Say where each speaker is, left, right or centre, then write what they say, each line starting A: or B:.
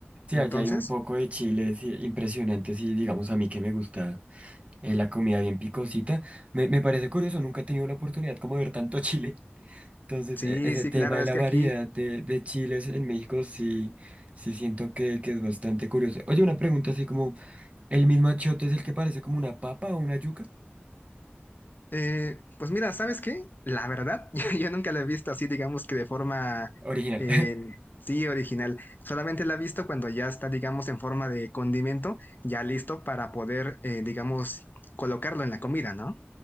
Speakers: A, on the right; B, on the left.
A: Sí,
B: Entonces,
A: allá hay un poco de chiles i- impresionantes y digamos a mí que me gusta eh, la comida bien picosita. Me, me parece curioso, nunca he tenido la oportunidad como de ver tanto <laughs> chile. Entonces,
B: sí,
A: e- ese
B: sí,
A: tema
B: claro,
A: de
B: es
A: la
B: que
A: variedad
B: aquí,
A: de, de chiles en México sí, sí siento que, que es bastante curioso. Oye, una pregunta así como, ¿el mismo achote es el que parece como una papa o una yuca?
B: eh, pues mira, ¿sabes qué? La verdad, <laughs> yo, yo nunca la he visto así, digamos que de forma,
A: Original.
B: eh,
A: <laughs>
B: sí, original. Solamente la he visto cuando ya está, digamos, en forma de condimento, ya listo para poder, eh, digamos, colocarlo en la comida, ¿no?